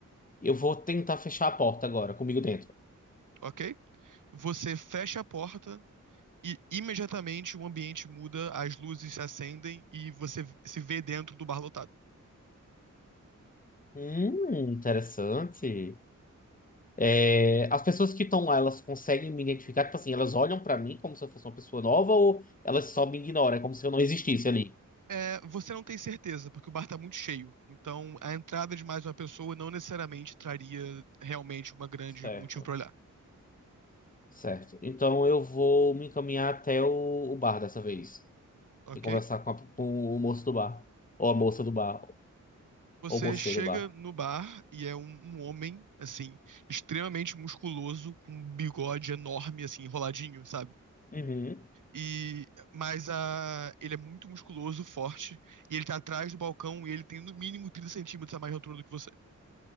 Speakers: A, on the left (about 25°); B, on the right (about 80°).
A: Eu vou tentar fechar a porta agora, comigo dentro.
B: ok? Você fecha a porta e imediatamente o ambiente muda, as luzes se acendem e você se vê dentro do bar lotado.
A: Hum, interessante. É, as pessoas que estão lá, elas conseguem me identificar? Tipo assim, elas olham pra mim como se eu fosse uma pessoa nova ou elas só me ignoram? É como se eu não existisse ali.
B: É, você não tem certeza, porque o bar tá muito cheio. Então, a entrada de mais uma pessoa não necessariamente traria realmente uma grande
A: Certo.
B: motivo pra olhar,
A: Certo. Então eu vou me encaminhar até o, o bar dessa vez
B: ok?
A: e conversar com, a- com o moço do bar. Ou a moça do bar.
B: Você
A: Ou o moço
B: chega
A: do bar.
B: no bar e é um, um homem, assim, extremamente musculoso, com um bigode enorme, assim, enroladinho, sabe?
A: Uhum.
B: E, mas a, ele é muito musculoso, forte, e ele tá atrás do balcão e ele tem no mínimo 30 centímetros a mais de altura do que você.